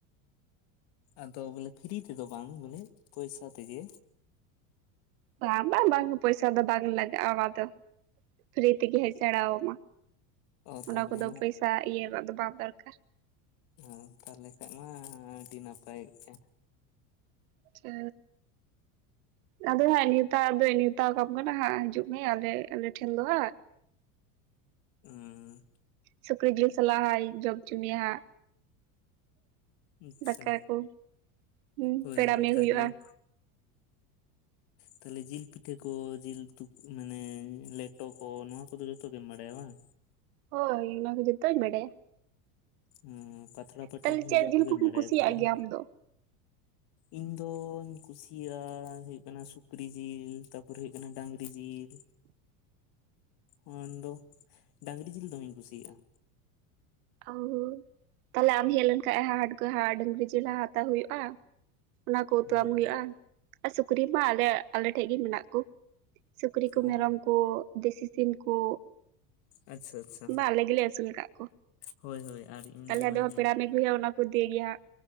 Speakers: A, on the left; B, on the right.
A: ᱟᱫᱚ ᱵᱚᱞᱮ ᱯᱷᱤᱨᱤ ᱛᱮᱫᱚ ᱵᱟᱝ ᱵᱚᱞᱮ ᱯᱚᱭᱥᱟ ᱛᱮᱜᱮ᱾
B: ᱵᱟᱝ ᱵᱟᱝ ᱵᱟᱝ ᱯᱚᱭᱥᱟ ᱫᱚ ᱵᱟᱝ ᱞᱟᱜᱟᱜᱼᱟ ᱟᱫᱚ ᱯᱷᱨᱤ ᱛᱮᱜᱮ ᱦᱮᱡ ᱥᱮᱬᱟ ᱟᱢᱟ
A: ᱚ
B: ᱚᱱᱟ
A: ᱛᱟᱦᱚᱞᱮ
B: ᱠᱚᱫᱚ ᱯᱚᱭᱥᱟ ᱤᱭᱟᱹ ᱨᱮᱱᱟᱜ ᱫᱚ ᱵᱟᱝ ᱫᱚᱨᱠᱟᱨ
A: ᱚ ᱛᱟᱦᱚᱞᱮ ᱠᱷᱟᱱ ᱢᱟ ᱟᱹᱰᱤ ᱱᱟᱯᱟᱭ ᱛᱮ
B: ᱟᱪᱷᱟ ᱟᱫᱚ ᱦᱟᱸᱜ ᱱᱮᱣᱛᱟ ᱫᱚ ᱱᱮᱣᱛᱟ ᱠᱟᱢ ᱠᱟᱱᱟ ᱦᱟᱸᱜ ᱦᱤᱡᱩᱜ ᱢᱮ ᱟᱞᱮ ᱟᱞᱮ ᱴᱷᱮᱱ ᱫᱚ ᱦᱟᱸᱜ
A: ᱦᱩᱸ
B: ᱥᱩᱠᱨᱤ ᱡᱤᱞ ᱥᱟᱞᱟᱜ ᱦᱟᱸᱜ ᱤᱧ ᱡᱚᱢ ᱦᱚᱪᱚ ᱢᱮᱭᱟ ᱦᱟᱸᱜ
A: ᱟᱪᱷᱟ
B: ᱫᱟᱠᱟ ᱠᱚ ᱦᱩᱸ
A: ᱦᱳᱭ
B: ᱯᱮᱲᱟ
A: ᱦᱳᱭ
B: ᱢᱮ
A: ᱛᱟᱦᱞᱮ
B: ᱦᱩᱭᱩᱜᱼᱟ
A: ᱦᱮᱸ ᱛᱟᱦᱞᱮ ᱡᱤᱞ ᱯᱤᱴᱷᱟᱹ ᱠᱚ ᱡᱤᱞ ᱩᱛᱩ ᱢᱟᱱᱮ ᱞᱮᱴᱚ ᱠᱚ ᱱᱚᱣᱟ ᱠᱚᱫᱚ ᱡᱚᱛᱚ ᱜᱮᱢ ᱵᱟᱲᱟᱭᱟ ᱵᱟᱝ
B: ᱦᱳᱭ ᱚᱱᱟ ᱠᱚ ᱡᱚᱛᱚᱧ ᱵᱟᱰᱟᱭᱟ
A: ᱦᱚᱸ ᱯᱟᱛᱲᱟ ᱯᱚᱴᱤ
B: ᱛᱟᱦᱞᱮ
A: ᱠᱚ ᱦᱚᱸ
B: ᱪᱮᱫ
A: ᱡᱚᱛᱚ
B: ᱡᱤᱞ
A: ᱜᱮᱢ
B: ᱠᱚᱢ
A: ᱵᱟᱰᱟᱭᱟ
B: ᱠᱩᱥᱤᱭᱟᱜ
A: ᱛᱟᱦᱞᱮ ᱵᱟᱝ
B: ᱜᱮᱭᱟ ᱟᱢ ᱫᱚ
A: ᱤᱧ ᱫᱚ ᱤᱧ ᱠᱩᱥᱤᱭᱟᱜᱼᱟ ᱦᱩᱭᱩᱜ ᱠᱟᱱᱟ ᱥᱩᱠᱨᱤ ᱡᱤᱞ ᱛᱟᱨᱯᱚᱨᱮ ᱦᱩᱭᱩᱜ ᱠᱟᱱᱟ ᱰᱟᱝᱨᱤ ᱡᱤᱞ ᱚᱱᱟᱫᱚ ᱰᱟᱝᱨᱤ ᱡᱤᱞ ᱫᱚᱢᱮᱧ ᱠᱩᱥᱤᱭᱟᱜᱼᱟ
B: ᱚ ᱛᱟᱦᱚᱞᱮ ᱟᱢ ᱦᱮᱡ ᱞᱮᱱᱠᱷᱟᱡ ᱦᱟᱴ ᱠᱷᱚᱡ ᱦᱟᱸᱜ ᱰᱟᱝᱨᱤ ᱡᱤᱞ ᱦᱟᱛᱟᱣ ᱦᱩᱭᱩᱜᱼᱟ ᱚᱱᱟ ᱠᱚ ᱩᱛᱩᱣᱟᱢ
A: ᱦᱩᱸ
B: ᱦᱩᱭᱩᱜᱼᱟ ᱟᱨ ᱥᱩᱠᱨᱤ ᱢᱟ ᱟᱞᱮ ᱟᱞᱮ ᱴᱷᱮᱡ ᱜᱮ ᱢᱮᱱᱟᱜ ᱠᱚ ᱥᱩᱠᱨᱤ ᱠᱚ
A: ᱚ
B: ᱢᱮᱨᱚᱢ ᱠᱚ ᱫᱮᱥᱤ ᱥᱤᱢ ᱠᱚ
A: ᱟᱪᱷᱟ ᱟᱪᱷᱟ
B: ᱵᱟ ᱟᱞᱮ ᱜᱮᱞᱮ ᱟᱹᱥᱩᱞ ᱟᱠᱟᱫ ᱠᱚ
A: ᱦᱳᱭ ᱦᱳᱭ ᱟᱨ ᱤᱧ
B: ᱛᱟᱦᱚᱞᱮ
A: ᱫᱚ
B: ᱟᱫᱚᱦ
A: ᱢᱟᱱᱮ
B: ᱯᱮᱲᱟᱢ ᱟᱹᱜᱩ ᱦᱩᱭᱩᱜᱼᱟ ᱚᱱᱟ ᱠᱚ ᱤᱫᱤᱭ ᱜᱮᱭᱟ